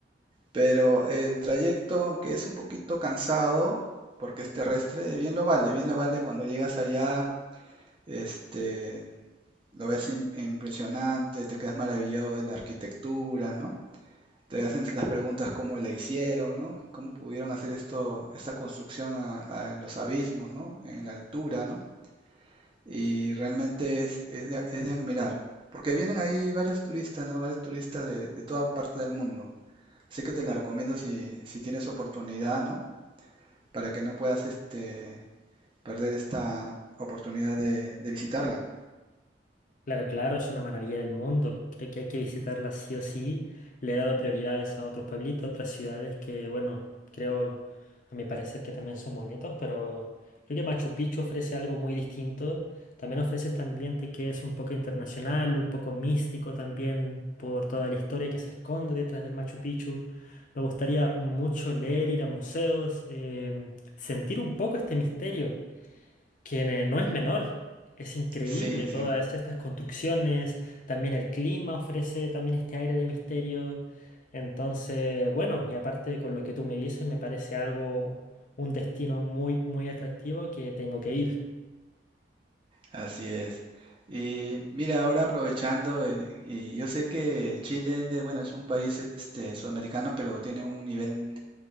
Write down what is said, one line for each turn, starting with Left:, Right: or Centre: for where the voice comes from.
Right: Pero el trayecto, aunque es un poquito cansado, porque es terrestre, bien lo vale, bien lo vale cuando llegas allá, este, lo ves im- impresionante, te quedas maravillado de la arquitectura, ¿no? Te hacen las preguntas cómo la hicieron, ¿no? ¿Cómo pudieron hacer esto, esta construcción a- a- en los abismos, ¿no? En la altura, ¿no? Y realmente es, es de, es de admirar, porque vienen ahí varios turistas, ¿no? Varios turistas de, de toda parte del mundo. Así que te la recomiendo si, si tienes oportunidad, ¿no? para que no puedas este, perder esta oportunidad de, de visitarla.
Left: Claro, claro, es una maravilla del mundo. Creo que hay que visitarla sí o sí. Le he dado prioridades a otros pueblitos, otras ciudades que, bueno, creo, a mi parecer que también son bonitos, pero creo que Machu Picchu ofrece algo muy distinto. También ofrece este ambiente que es un poco internacional, un poco místico también por toda la historia que se esconde detrás del Machu Picchu. Me gustaría mucho leer, ir a museos, em, sentir un poco este misterio quien eh, no es menor. Es increíble
Right: Sí,
Left: todas
Right: sí,
Left: estas construcciones, también el clima ofrece también este aire de misterio. Entonces, bueno, y aparte con lo que tú me dices, me parece algo, un destino muy, muy atractivo que tengo que ir.
Right: así es. Y mira, ahora aprovechando, eh, y yo sé que Chile, bueno, es un país este, sudamericano, pero tiene un nivel